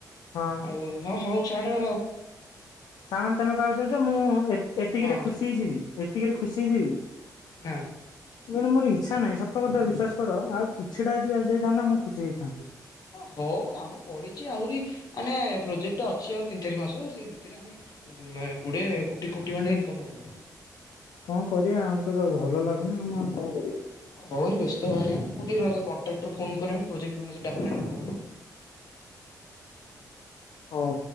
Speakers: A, on the left (about 80°); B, on the left (about 60°).
A: ହଁ
B: ଆଉ ହଁ ହଉ ଛାଡ଼
A: ତାମାନେ ତମେ କହୁଛ ମୁଁ ଏତିକିରେ
B: ହଁ
A: ଖୁସି ହେଇଯିବି ଏତିକିରେ ଖୁସି ହେଇଯିବି
B: ନା
A: ମ ମୋର ଇଚ୍ଛା ନାହିଁତ କଥା ବିଶ୍ୱାସ କର ଆଉଛିଟା ଯଦି ଆ ଯାଇଥାନ୍ତା ମୁଁ ଖୁସି ହେଇଥାଆନ୍ତି
B: ଓ ହଉ କାମ ପଡିଛି ଆହୁରି ମାନେ ପ୍ରୋଜେକ୍ଟ ଅ ସିଏ ଆଉ ତିନି ଚାରି ମାସ ସେଇ ଭିତରେ ଆମେ ଗୋଡ଼ିଏ କୋଟି କୋଟି ଖଣ୍ଡେ ଇନକମ୍ କରିଦେବା
A: କଣ କରିବା ଆମ ତେ ତ ଭଲ ଲାଗୁନି ଆମ ଆଉ କଣ କରିବା
B: ହଉନି ବ୍ୟସ୍ତ ହବନହିଁ ଟିକଏହିଲ କଣ୍ଟ୍ରାକ୍ଟ ଫୋ କଣି ପ୍ରୋଜେକ୍ଟ ମାନେଜର ଡାକିଲଣି
A: ହଉ